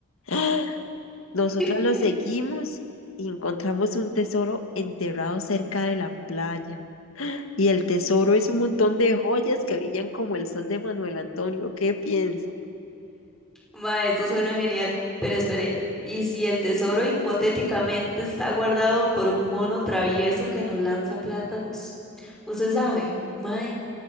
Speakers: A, on the left; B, in the centre.
A: <gasps> Nosotras
B: <laughs>
A: los seguimos y encontramos un tesoro enterrado cerca de la playa. Y el tesoro es un montón de joyas que brillan como el sol de Manuel Antonio. ¿Qué piensa?
B: Ma, eso suena genial. Pero espere, ¿y si el tesoro hipotéticamente está guardado por un mono travieso que nos lanza plátanos? Usted sabe, mae,